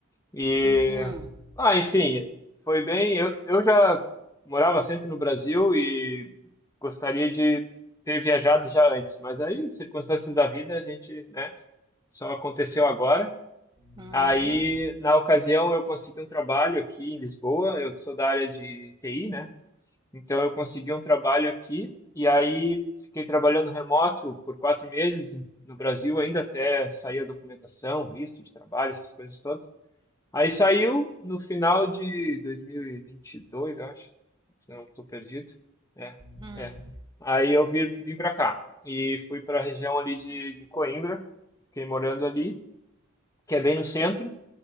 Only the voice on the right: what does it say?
Hum,
uhum,
hum,